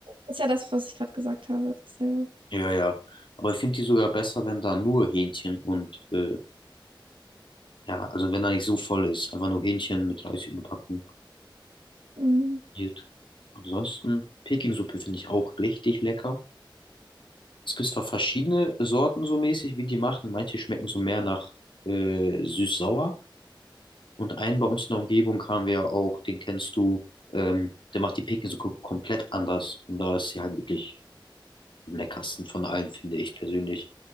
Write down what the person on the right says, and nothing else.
ist ja das, was ich gerade gesagt habe, dasselbe.
Mhm.